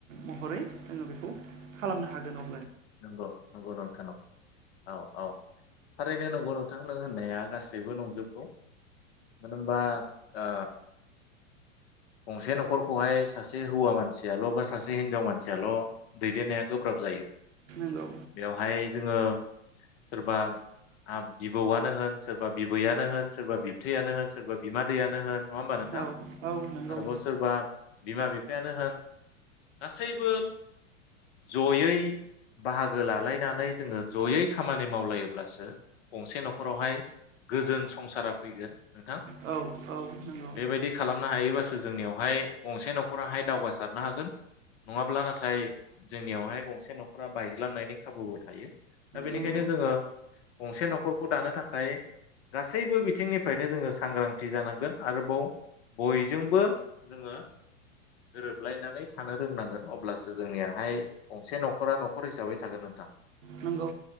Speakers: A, on the right (about 80°); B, on the left (about 55°).
A: महरै जोङो बेखौ खालामनो हागोन औ
B: नंगौ नंगौ नोंथां नंगौ औ औ थारैनो नंगौ नोंथां होननाया गासै बो नंजोबगौ मानो होनबा ओ गंसे न'खरखौहाय सासे हौवा मानसियाल' बा सासे हिनजाव मानसियाल' दैदेननाया गोब्राब जायो।
A: नंगौ
B: बेवहाय जोङो सोरबा आब बिबौआनो होन सोर सोरबा बिबैयानो होन सोरबा बिबथैयानो होन सोरबा बिमादैयानो होन नङा होमबा नोंथां
A: औ औ। नंगौ
B: आरोबाव सोरबा बिमा बिफायानो होन गासैबो ज'यै बाहागो लालायनानै जोङो ज'यै खामानि मावलायोब्लासो गंसे न'खरावहाय गोजोन संसारा फैगोन नोंथां
A: औ नंगौ
B: बेबायदि खालामनो हायोबा नियावहाय गंसे न'खराहाय दावगासारनो हागोन। नङाब्ला नाथाय जोंनियावहाय गंसे न'खरा बायज्लांनायनि खाबुबो थायो दा बेनिखायनो
A: नंगौ
B: जोङो गंसे न'खरखौ दानो थाखाय गासैबो बिथिंनिफ्रायनो जोङो सांग्रांथि जानांगोन आरोबाव बय जोंबो जोङो गोरोबलायनानै थानो रोंनांगोन अब्लासो जोंनियाहाय गंसे न'खरा न'खर हिसाबै थागोन नोंथां
A: नोंगौ